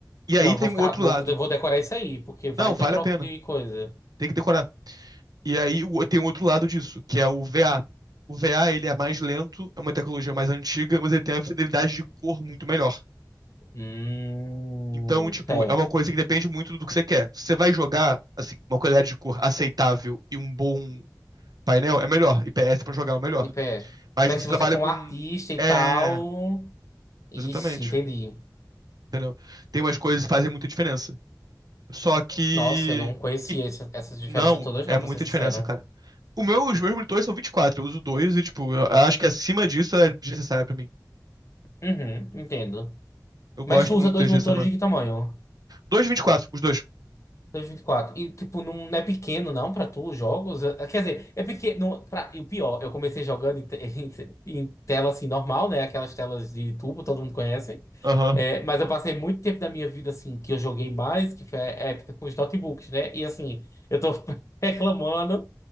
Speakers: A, on the right; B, on the left.
A: E
B: Não,
A: aí
B: eu
A: tem
B: vou
A: o
B: ficar,
A: outro
B: vou,
A: lado.
B: eu vou decorar isso aí, porque vai
A: Não, vale
B: que eu troco
A: a pena.
B: de coisa.
A: Tem que decorar. E aí o- tem o outro lado disso, que é o VA. O VA, ele é mais lento, é uma tecnologia mais antiga, mas ele tem uma fidelidade de cor muito melhor.
B: Hum,
A: Então, tipo,
B: certo.
A: é uma coisa que depende muito do que você quer. Se você vai jogar, assim, uma qualidade de cor aceitável e um bom painel, é melhor. IPS pra jogar é o melhor.
B: IPS.
A: Mas
B: Mas
A: você
B: se
A: trabalha
B: você for
A: com.
B: um artista e
A: É,
B: tal. Ixi,
A: exatamente.
B: entendi.
A: Entendeu? Tem umas coisas que fazem muita diferença. Só que.
B: Nossa, eu não conhecia
A: e-
B: essa- essas diferenças
A: não,
B: todas,
A: é
B: não,
A: muita
B: pra ser sincero.
A: diferença, cara. O meu, os meus monitores são 24, eu uso dois e, tipo, eu acho que acima disso é desnecessário pra mim.
B: Uhum, entendo.
A: Eu gosto
B: Mas tu usa
A: muito
B: dois
A: das
B: monitores
A: GSM.
B: de que tamanho?
A: Dois de 24, os dois.
B: 2024. E, vinte e quatro e tipo, não, não é pequeno, não, pra tu, os jogos? Eh, Quer dizer, é pequeno. Pra, e o pior, eu comecei jogando em, te- <laughs> em tela, assim, normal, né? Aquelas telas de tubo, todo mundo conhece.
A: Aham.
B: Eh, mas eu passei muito tempo da minha vida, assim, que eu joguei mais, que foi a época com os notebooks, né? E, assim, eu tô <laughs> reclamando